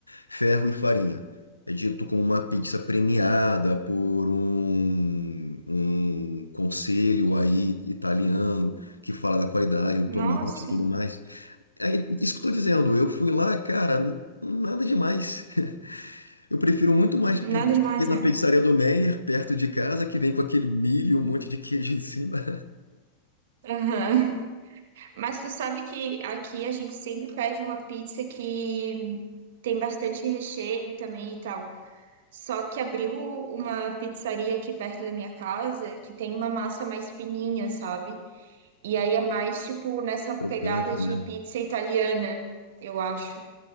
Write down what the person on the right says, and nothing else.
Nossa.
Nada
demais,
né?
Aham. Mas tu sabe que aqui a gente sempre pede uma pizza que tem bastante recheio também e tal. Só que abriu uma pizzaria aqui perto da minha casa que tem uma massa mais fininha, sabe? E aí é mais tipo nessa
pegada de
pizza italiana, eu acho.